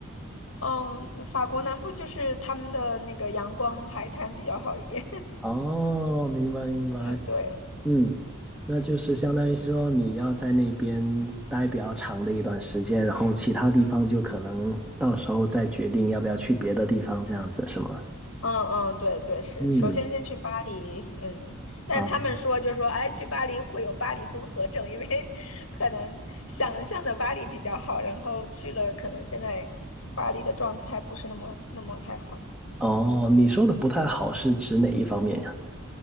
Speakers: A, on the left (about 75°); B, in the centre.
A: 哦，法国南部就是他们的那个阳光海滩比较好一点。
B: 哦，明白明白。
A: <laughs> 嗯，对。
B: 嗯，那就是相当于说你要在那边待比较长的一段时间，然后其他地方就可能到时候再决定要不要去别的地方，这样子是吗？
A: 嗯嗯，对对是，
B: 嗯，
A: 首先先去巴黎，嗯，但是他们说就说，
B: 好。
A: 哎，去巴黎会有巴黎综合症，因为 <laughs> 可能想象的巴黎比较好，然后去了，可能现在巴黎的状态不是那么那么太好。
B: 哦，你说的不太好是指哪一方面呀？